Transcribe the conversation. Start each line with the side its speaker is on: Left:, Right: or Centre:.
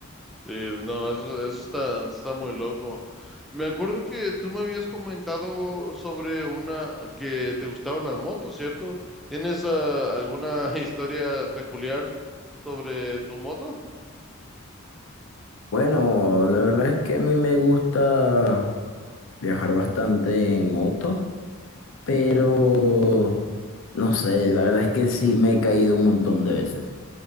Centre: Sí, no, eso, eso está, está muy loco. Me acuerdo que tú me habías comentado sobre una que te gustaban las motos, ¿cierto? ¿Tienes ah, alguna <laughs> historia peculiar sobre tu moto?
Left: Bueno, la verdad es que a mí me gusta. viajar bastante en moto, pero no sé, la verdad es que sí me he caído un montón de veces.